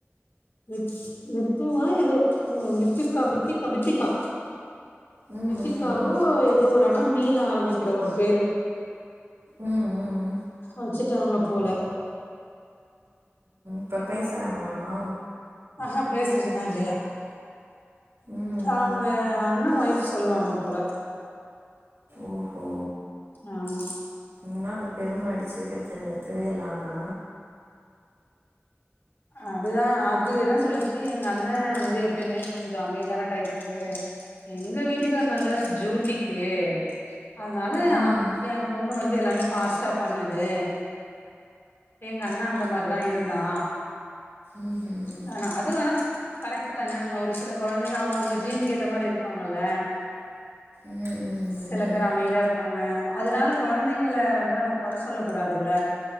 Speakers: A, on the left; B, on the right.
A: மித் மித்துவா எதோ ஒ மித்திக்கா மித்திக்கா மித்திகா
B: ம் ம்
A: மித்திகாவோ ஏதோ ஒரு ஆனா மி ல ஆரம்பிக்கிற ஒரு பேரு
B: ம் ம்
A: ஆச்ச ட்டாங்க போல
B: இப்ப பேஸ்றாங்களாமா
A: ஆஹா பேசறதுல்லா இல்லயா
B: ம் ம்
A: அவங்க அண்ண ஒய்ஃப் சொல்லுவாங்க போல
B: ஓஹோ
A: ஆமா
B: ன்னா அந்த பெருமை அடிச்சுக்கிறத நிறுத்தவேல்ல ஆனா
A: அதுதா அது என்ன சொல்லுச்சு எங்க அண்ண வந்து எப்பயுமே கொஞ்ச அமைதியான டைப்பு எங்க வீட்டுக்கார் நல்ல ஜூட்டிக்கு அதனால
B: ம்
A: அ எ பொண்ணு வந்து எல்லாமே ஃபாஸ்ட்டா பண்ணுது எங்க அண்ணா அந்த மாரி தா இருந்தா
B: ம்ஹும்
A: தாரா அது வ கரெக்ட் தானே ஒரு சில கொழந்தைங்க அவங்க உங்க ஜீன் கேத்த மாரி இருப்பாங்கல்ல
B: ம் ம்
A: சில பேர் அமைதிய ப்பாங்க அதனால கொழந்தைங்கள வந்து நம்ம கொற சொல்ல கூடாதுல்ல